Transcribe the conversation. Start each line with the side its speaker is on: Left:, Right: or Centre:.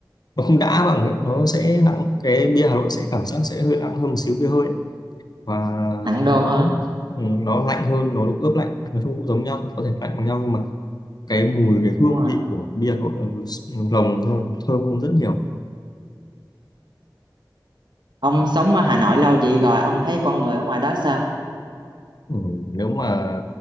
Left: nó không đã bằng ấy nó sẽ nặng cái bia Hà Nội sẽ cảm giác sẽ hơi nặng hơn một xíu bia hơi ấy. và
Right: nặng đô
Left: nó
Right: hơn
Left: ừ, nó lạnh hơn nó được ướp lạnh nói chung cũng giống nhau thôi có thể lạnh bằng nhau nhưng mà Cái mùi, cái hương
Right: đúng rồi
Left: vị của bia Hà Nội lồng hơn, thơm hơn rất nhiều.
Right: ông sống ở Hà Nội lâu vậy rồi ông thấy con người ở ngoài đó sao
Left: Ừ, nếu mà